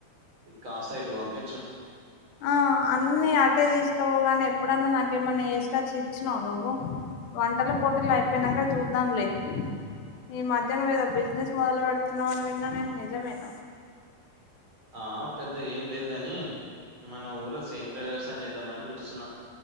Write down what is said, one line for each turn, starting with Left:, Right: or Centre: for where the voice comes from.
Right: కాస్త ఇటు పంపించు
Left: ఆ అన్ని అటే తీసుకపో గానీ ఎప్పుడన్నా నాకేమన్నా చేసుకచ్చి ఇచ్చినావ నువ్వు వంటల పోటీలు అయిపోయినాక చూదాంలే ఈ మధ్యన ఏదో బిజినెస్ మొదలు పెడుతున్నావు అని విన్నా నేను నిజమేన
Right: ఆ పెద్ద ఏం లేదు కానీ మన ఊళ్ళో సేంద్రీయ వ్యవసాయం చేద్దామని చూస్తున్న